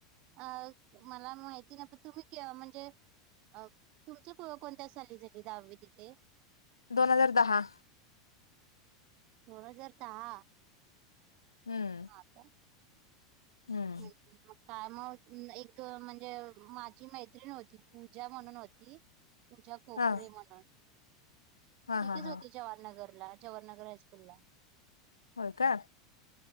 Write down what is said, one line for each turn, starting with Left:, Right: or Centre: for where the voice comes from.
Right: अ मला माहिती नाही पण तुम्ही म्हणजे अ तुमची कोणत्या साली झाली दहावी तिथे?
Left: दोन हजार दहा.
Right: दोन हजार दहा.
Left: हम्म.
Right: काय.
Left: हम्म
Right: <inaudible> काय मग एक म्हणजे माझी मैत्रीण होती. पूजा म्हणून होती. पूजा कोकरे
Left: हा
Right: म्हणून
Left: हा
Right: तिथेच
Left: हा
Right: होती
Left: हा
Right: जवाहरनगरला. जवाहरनगर हायस्कूला.
Left: होय काय.